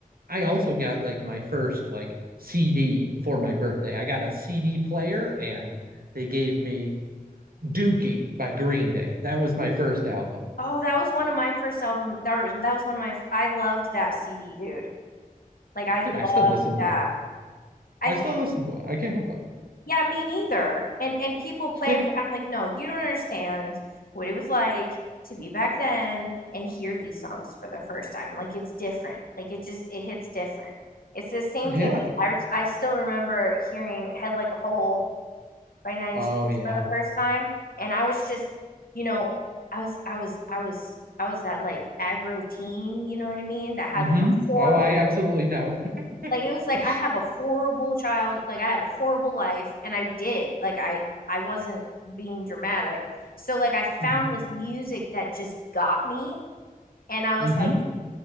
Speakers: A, on the right; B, on the left.
A: I also got like my first like CD for my birthday. I got a CD player and they gave me Dookie by Green Day. That was my first album.
B: Oh, that was one of my first album. That was, that was one of my. I loved that CD, dude. Like I
A: Dude,
B: loved
A: I still listen
B: that.
A: to it.
B: I
A: I
B: think,
A: still listen to it. I can't help
B: yeah, me neither. And and people play
A: it.
B: it. For,
A: <laughs>
B: I'm like, no, you don't understand what it was like to be back then and hear these songs for the first time. Like it's different. Like it just it hits different. It's the same
A: Yeah.
B: thing. Like, I I still remember hearing Head Like a Hole by Nine
A: Oh
B: Inch Nails
A: yeah.
B: for the first time. And I was just, you know, I was, I was, I was, I was that like aggro teen, you know what I mean? That had
A: Mm-hmm.
B: like a horrible,
A: Oh, I absolutely know.
B: like it was like
A: <laughs>
B: I have a horrible child, like I have a horrible life, and I did, like I, I wasn't being dramatic. So like I found
A: Mm-hmm.
B: this music that just got me, and I was
A: Mm-hmm.
B: like,